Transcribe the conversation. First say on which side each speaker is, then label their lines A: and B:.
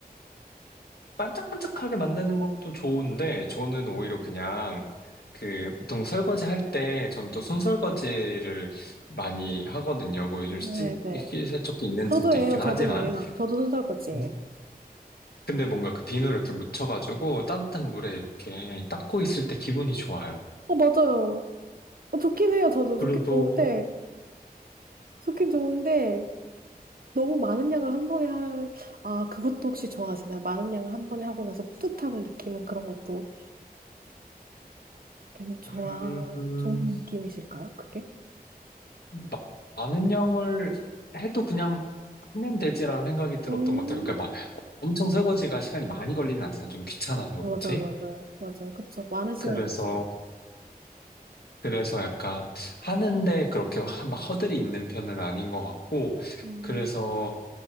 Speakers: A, on the left; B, on the right.
A: 반짝반짝하게 만드는 것도 좋은데, 저는 오히려 그냥, 그, 보통 설거지 할 때, 전 또 손설거지를 많이 하거든요. 뭐 요즘
B: 네,
A: 시-
B: 네.
A: 식기세척기 있는
B: 저도
A: 집도 있긴
B: 예요, 저도
A: 하지만,
B: 예요. 저도 손설거지예요.
A: 음, 근데 뭔가 그 비누를 이렇게 묻혀가지고 따뜻한 물에 이렇게 닦고 있을 때 기분이 좋아요.
B: 어, 맞아요. 어, 좋긴 해요, 저도.
A: 그래도,
B: 좋긴 좋은데, 좋긴 좋은데, 너무 많은 양을 한 번에 할, 아, 그것도 혹시 좋아하시나요? 많은 양을 한 번에 하고 나서 뿌듯함을 느끼는 그런 것도 괜- 좋아,
A: 음,
B: 좋은 느낌이실까요? 그게?
A: 마- 많은 양을 해도 그냥 하면 되지라는 생각이 들었던
B: 음,
A: 것 같아요. 그러니까 막 엄청 설거지가 시간이 많이 걸리진 않잖아요. 좀 귀찮아서 그렇지.
B: 맞아, 맞아요. 맞아요. 그쵸. 많은 시간을
A: 그래서
B: 걸치면 안 돼.
A: 그래서 약간 하는데 그렇게 하- 막 허들이 있는 편은 아닌 것 같고,
B: 음,
A: 그래서